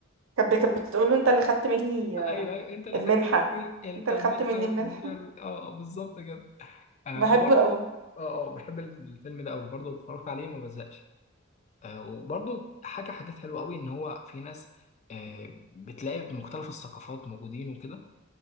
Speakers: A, on the right (about 70°); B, on the left (about 30°).
A: كانت كانت بتقول له أنت اللي خدت مني
B: ايوه
A: آه،
B: ايوه انت اللي
A: المنحة
B: خدت مني انت
A: أنت اللي
B: المدفع
A: خدت مني المنحة
B: مش عارف إيه. اه آه، بالظبط كده آه
A: بحبه
B: وبرده
A: أوي
B: اه اه بحب الفيلم ده قوي برضه اتفرجت عليه ما بزهقش آه وبرضه حكى حاجات حلوه قوي ان هو في ناس آه بتلاقي مختلف الثقافات موجودين وكده